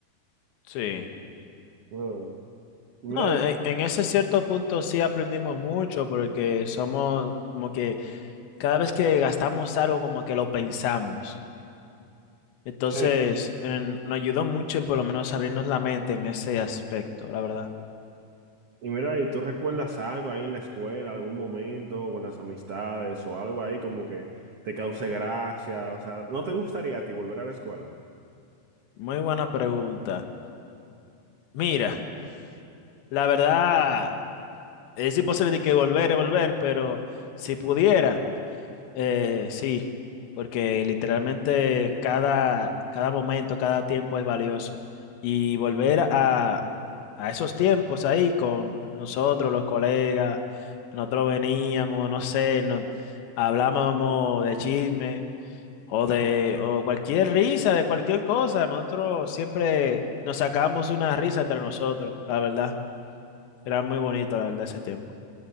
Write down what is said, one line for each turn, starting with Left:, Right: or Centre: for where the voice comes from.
Left: Sí.
Right: Mm. Y
Left: No,
Right: mira, y,
Left: en,
Right: sí,
Left: en ese cierto punto sí aprendimos mucho porque somos como que cada vez que gastamos algo como que lo pensamos. Entonces,
Right: sí.
Left: en- nos ayudó mucho en por lo menos abrirnos la mente en ese aspecto, la verdad.
Right: y mira, ¿y tú recuerdas algo ahí en la escuela, algún momento con las amistades o algo ahí como que te cause gracia? O sea, ¿no te gustaría a ti volver a la escuela?
Left: Muy buena pregunta. Mira, la verdad, es imposible de que volver y volver, pero si pudiera, eh, sí, porque literalmente cada, cada momento, cada tiempo es valioso. Y volver a, a esos tiempos ahí con nosotros, los colegas, nosotros veníamos, no sé, no hablábamos de chisme o de o cualquier risa, de cualquier cosa. Nosotros siempre nos sacábamos una risa entre nosotros, la verdad. Era muy bonito, la verdad, ese tiempo.